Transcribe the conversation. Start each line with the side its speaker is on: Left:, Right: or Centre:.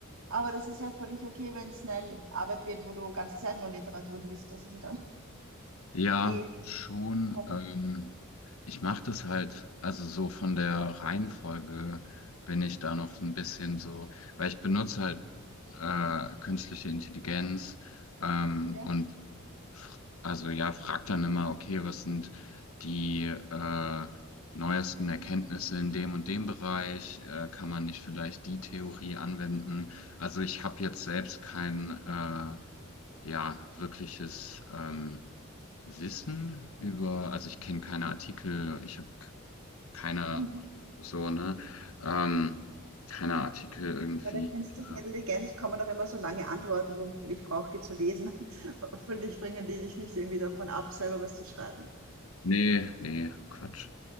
Right: aber das ist ja völlig okay, wenn es eine Arbeit wird, wo du ganze Zeit nur Literatur liest. Das ist ja dann
Left: ja,
Right: eh
Left: schon.
Right: hoffentlich.
Left: Ähm, ich mache das halt, also so von der Reihenfolge bin ich da noch so ein bisschen so, weil ich benutze halt äh, künstliche Intelligenz ähm,
Right: Ja.
Left: und f- also ja, frag dann immer, okay, was sind die äh, neuesten Erkenntnisse in dem und dem Bereich? Äh, kann man nicht vielleicht die Theorie anwenden? Also ich habe jetzt selbst kein äh, Ja, wirkliches ähm, Wissen über, also ich kenne keine Artikel, ich habe keine
Right: Mhm.
Left: so, ne? Ähm, keine Artikel irgendwie.
Right: Bei der künstlichen
Left: äh,
Right: Intelligenz kommen doch immer so lange Antworten, wo ich brauche, die zu lesen. <laughs> Hoffentlich bringen die dich nicht irgendwie davon ab, selber was zu schreiben.
Left: Nee, nee, Quatsch.